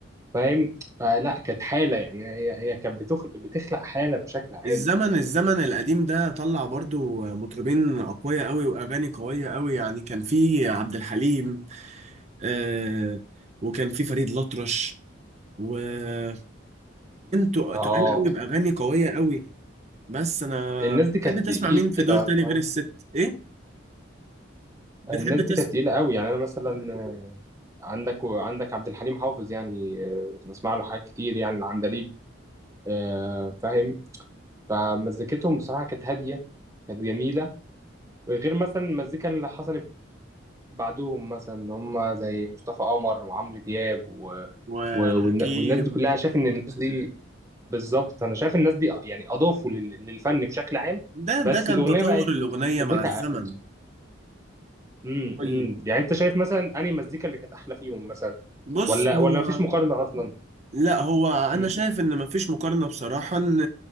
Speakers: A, on the right (about 15°); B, on the right (about 35°).
A: فاهم فلا كانت حاله يعني هي هي كانت بتخلق بتخلق حاله بشكل عام
B: الزمن الزمن القديم ده طلع برضو مطربين أقوياء أوي وأغاني قوية أوي يعني كان في عبد الحليم آه وكان في فريد الأطرش ومغنيين تق-
A: اه
B: تقال قوي بأغاني قوية قوي بس أنا
A: الناس دي كانت
B: بتحب
A: تقيله
B: تسمع مين في دول تاني غير
A: آه.
B: الست إيه بتحب
A: الناس
B: تسمع
A: دي كانت تقيله قوي يعني انا مثلا آه، عندك عندك عبد الحليم حافظ يعني آه، كنت بسمع له حاجات كتير يعني العندليب آه، فاهم فمزيكتهم بصراحه كانت هاديه كانت جميله غير مثلا المزيكا اللي حصلت بعدهم مثلا إن هم زي مصطفى قمر وعمرو دياب و...
B: وحكيم
A: و... والن- والناس دي كلها شايف ان الناس دي بالظبط انا شايف الناس دي يعني اضافوا لل- للفن بشكل عام
B: ده
A: بس
B: ده كان
A: الاغنيه
B: تطور
A: بقت
B: الأغنية
A: مدتها
B: مع الزمن
A: اقل امم
B: قول
A: امم
B: لي
A: يعني انت شايف مثلا انهي مزيكا اللي كانت احلى فيهم مثلا
B: بص
A: ولا
B: هو
A: ولا مفيش مقارنه اصلا
B: لا هو انا
A: امم
B: شايف ان مفيش مقارنه بصراحه ان